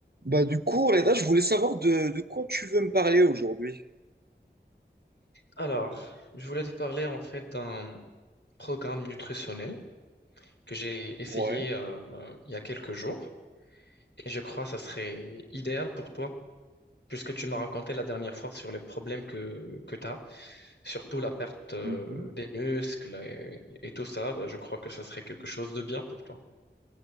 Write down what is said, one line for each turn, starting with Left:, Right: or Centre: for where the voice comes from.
Right: Bah du coup, Reda, je voulais savoir de, de quoi tu veux me parler aujourd'hui.
Left: Alors, je voulais te parler en fait d'un programme nutritionnel que j'ai essayé
Right: Ouais.
Left: euh, euh, il y a quelques jours et je crois que ça serait idéal pour toi puisque tu m'as raconté la dernière fois sur les problèmes que, que tu as, surtout la perte euh,
Right: Mhm.
Left: des muscles et, et tout ça. bah, je crois que ça serait quelque chose de bien pour toi.